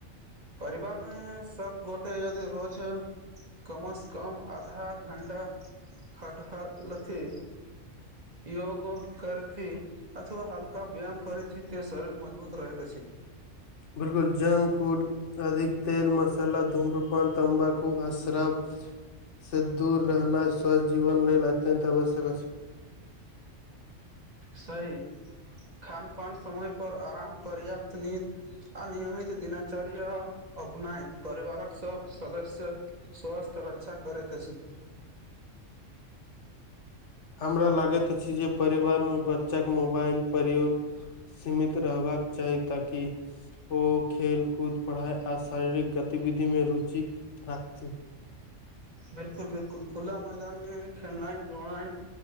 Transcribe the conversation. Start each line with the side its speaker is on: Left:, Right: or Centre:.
Right: परिवारमे सब गोटे यदि रोज कम सँ कम आधा घण्टा हटलथि योग करथि अथव हल्का व्यायाम करइथ तऽ शरीर मजबूत रह त छै
Left: बिलकुल जंक फूड अधिक तेल मसाला धूम्रूपान तंबाकू आश्रफ से दूर रहनाइ स्वस्थ जीवन लेल अत्यन्त आवश्यक अछि
Right: सही खान पान समय पर आराम पर्याप्त नींद आनियमित दिनाचर्य अपनायन परिवारक सब सदस्य स्वस्थ रक्षा करैत अछी
Left: हमरा लागैत अछि जे परिवारमें बच्चाके मोबाइल प्रयोग सीमित रहबाक चाही ताकि ओ खेल कूद पढ़ाई आर शारीरिक गतिविधि में रुचि राखइथ
Right: बिलकुल बिलकुल खुला मैदान में खेलनाइ दौड़नाइ